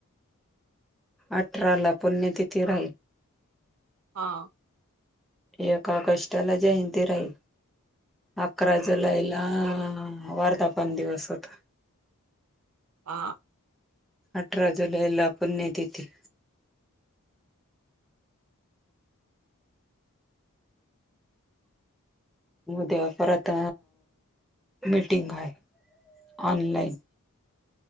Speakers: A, in the centre; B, on the right.
A: अठरा ला पुण्यतिथी राहील
B: हा
A: एक ऑगस्टला जयंती राहील अकरा
B: बरोबर
A: जुलैला हा वारधा पन दिवस होता
B: ह
A: अठरा जुलै ला पुण्यतिथी उद्या परत मीटिंग आहे ऑनलाइन